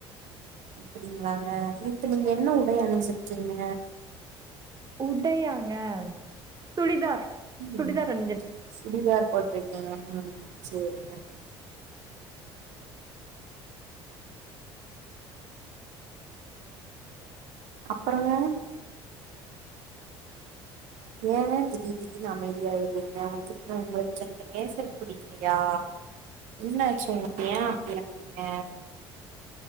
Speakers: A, on the right; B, on the right.
A: அப்டிங்களாங்க இப்ப நீங்க என்ன உடை அணிஞ்சிருக்கீங்க
B: உடையாங்க சுடிதார் சுடிதார்
A: ம்
B: <unintelligible>
A: சுடிதார் போட்ருக்கீங்க ம் சேரிங்க அப்றோங்க ஏங்க திடீர் திடீர்னு அமைதியாயிரீங்க ஒங்ளுக்கு இப்ப என்ட பேசறது புடிக்கலையா என்னாச்சு ஒங்ளுக்கு ஏ அப்டி ஆரிங்க